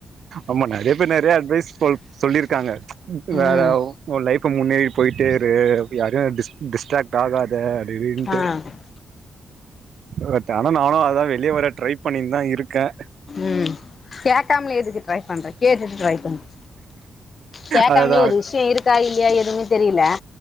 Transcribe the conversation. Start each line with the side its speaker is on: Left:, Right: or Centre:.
Right: அம்மா நறைய பேர் நறைய அட்வைஸ் சொல் சொல்லிருக்காங்க
Left: ம்
Right: வேற ஒ லைஃப்ப முன்னேறி பொய்ட்டேரு யாரு டிஸ் டிஸ்ட்ராக்ட் ஆகாத அப்டின்டு
Left: ஆ
Right: பட் ஆனா நானு அதா வெளிய வர ட்ரை பண்ணின் தா இருக்க
Left: ம் கேக்காம்லே ஏதுக்கு ட்ரை பண்ற கேட்டுட்டு ட்ரை பண்ணு கேக்காம்லே
Right: அதுதா
Left: ஒரு விஷ்யோ இருக்கா இல்யா எதுமே தெரில